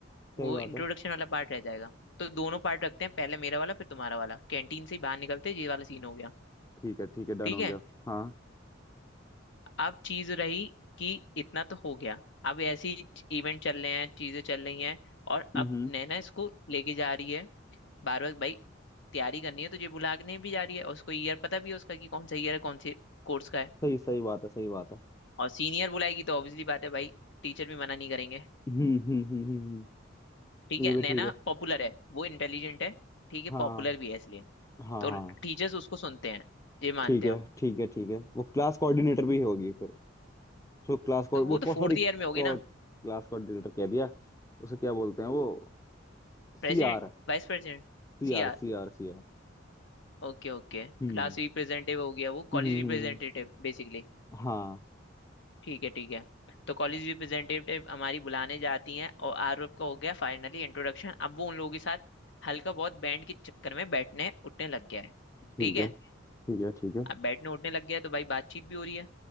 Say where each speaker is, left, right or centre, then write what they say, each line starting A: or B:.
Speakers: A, on the left (about 15°); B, on the left (about 65°).
A: सही
B: वो
A: बात
B: इंट्रोडक्शन
A: है
B: वाला पार्ट रह जाएगा तो दोनों पार्ट रखते हैं पहले मेरा वाला फिर तुम्हारा वाला कैंटीन से ही बाहर निकलते ही ये वाला सीन हो गया
A: ठीक है ठीक है डन
B: ठीक
A: हो
B: है
A: गया हाँ
B: अब चीज रही कि इतना तो हो गया अब ऐसी इवेंट चल रहे हैं चीजें चल रही हैं और
A: हम्म
B: अब नैना इसको लेके जा रही है बार बार भाई तैयारी करनी है तो ये बुला के नहीं भी जा रही है और उसको ईयर पता भी है उसका कि कौन सा ईयर है कौन से कोर्स का है
A: सही सही बात है सही बात है
B: और सीनियर बुलाएगी तो ऑब्वियसली बात है भाई टीचर भी मना नहीं करेंगे
A: हम्म हम्म हम्म हम्म,
B: ठीक है
A: ये भी
B: नैना
A: ठीक है
B: पॉपुलर है वो इंटेलिजेंट है ठीक है
A: हाँ
B: पॉपुलर भी है इसलिए
A: हाँ
B: तो
A: हाँ
B: टीचर्स उसको सुनते हैं ये मानते
A: ठीक है
B: हैं हम
A: ठीक है ठीक है वो क्लास कोऑर्डिनेटर भी होगी फिर सो क्लास
B: तो
A: को वो
B: वो तो फोर्थ
A: सॉरी
B: ईयर में होगी
A: क्लास
B: ना
A: कोऑर्डिनेटर कह दिया उसे क्या बोलते हैं वो
B: President
A: C R
B: vice president
A: C R C R C R
B: Okay okay
A: हम्म
B: class representative हो गया वो कॉलेज
A: हम्म
B: रिप्रेजेंटेटिव
A: हम्म,
B: बेसिकली
A: हाँ
B: ठीक है ठीक है तो कॉलेज रिप्रेजेंटेटिव हमारी बुलाने जाती हैं और आरव का हो गया फाइनली इंट्रोडक्शन अब वो उन लोगों के साथ हल्का बहुत बैंड के चक्कर में बैठने उठने लग गया है
A: ठीक
B: ठीक है
A: है ठीक है ठीक है
B: अब बैठने उठने लग गया है तो भाई बातचीत भी हो रही है